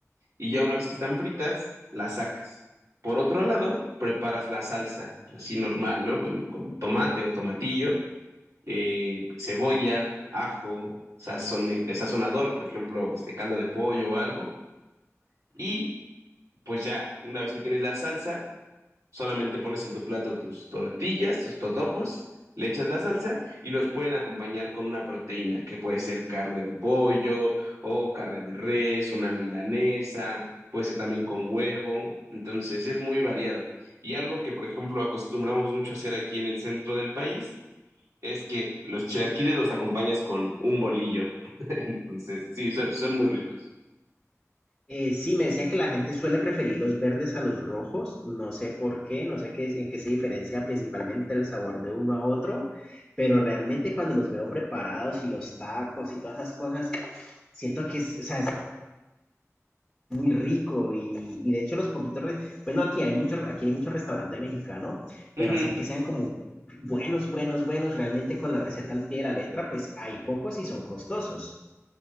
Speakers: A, on the right; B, in the centre.
A: y ya una vez que están fritas, las sacas. Por otro lado, preparas la salsa, así normal, ¿no? Con, con tomate o tomatillo, eh, cebolla, ajo, sazone- eh, sazonador, por ejemplo, este caldo de pollo o algo. Y pues ya, una vez que tienes la salsa, Solamente pones en tu plato tus tortillas, tus totopos, le echas la salsa y los pueden acompañar con una proteína, que puede ser carne de pollo o carne de res, una milanesa, puede ser también con huevo. Entonces es muy variado. Y algo que, por ejemplo, acostumbramos mucho a hacer aquí en el centro del país es que los chilaquiles los acompañas con un bolillo. <laughs> Entonces, sí, son, son muy ricos.
B: Eh, sí, me decía que la gente suele preferir los verdes a los rojos, no sé por qué, no sé qué, es- en qué se diferencia principalmente el sabor de uno a otro, pero realmente cuando los veo preparados y los tacos y todas esas cosas, siento que es, o sea, muy rico y, y de hecho los poquitos, re- bueno, aquí hay mucho, aquí hay mucho restaurante mexicano, pero
A: Ujú,
B: así que sean como buenos, buenos, buenos, realmente con la receta al pie de la letra, pues hay pocos y son costosos.